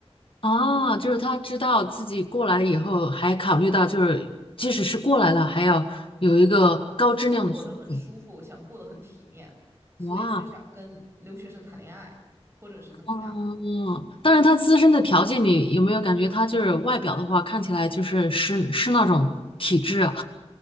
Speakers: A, on the left; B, on the right.
A: 啊，就是他知道自己过来以后，还考虑到就是即使是过来了，还要有一个高质量的生活。
B: 他想过得很舒服，想过得很体面，所以他就想跟留学生谈恋爱，
A: 哇，
B: 或者是怎么样。
A: 嗯，但是他自身的条件，你有没有感觉他就是外表的话，看起来就是是是那种体质啊？